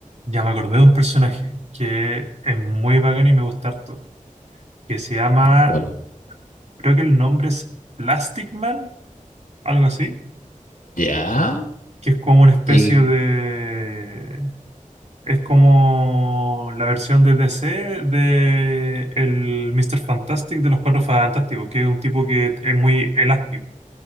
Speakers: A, on the right (about 55°); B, on the left (about 85°).
A: Ya me acordé de un personaje que es muy bacán y me gusta harto, que se llama,
B: ¿Cuál?
A: creo que el nombre es Plastic Man, algo así,
B: ¿Ya?
A: que es como una especie
B: ¿Y
A: de... Es como la versión de DC de el Mr. Fantastic de los Cuatro Fantásticos, que es un tipo que es muy elástico,